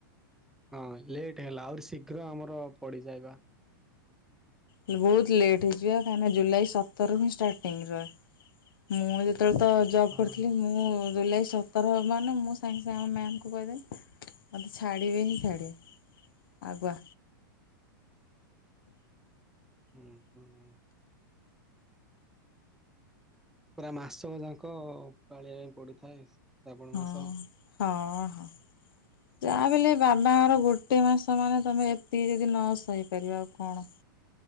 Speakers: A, in the centre; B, on the left.
A: ହଁ ଲେଟ୍ ହେଲା ଆହୁରି ଶୀଘ୍ର ଆମର ପଡିଯାଏ ବା।
B: ହେଲେ ବହୁତ ଲେଟ୍ ହେଇଛିବା କାହିଁକିନା ଜୁଲାଇ ସତରରୁ ହିଁ ଷ୍ଟାର୍ଟିଂ ରହେ। ମୁଁ ଯେତେବେଳେ ତ ଜବ୍
A: ହଁ।
B: କରିଥିଲି ମୁଁ ଜୁଲାଇ ସ ସତର ମାନେ ମୁଁ ସାଙ୍ଗେ ସାଙ୍ଗେ ମ୍ୟାମ କୁ କହିଦେଲି ମୋତେ ଛାଡ଼ିବେ ହିଁ ଛାଡ଼ିବେ। ଆଗୁଆ।
A: ହୁଁ, ହୁଁଁ। ପୁରା ମାସକ ଯାକ ପାଳିବା ପାଇଁ ପଡିଥାଏ। ଶ୍ରାବଣ
B: ହଁ,
A: ମାସ।
B: ହଁ, ହଁ। ଯାହା ବି ହେଲେ ବାବାଙ୍କର ଗୋଟେ ମାସ ମାନେ ତମେ ଏତିକି ଯଦି ନ ସହିପାରିବ ଆଉ କଣ।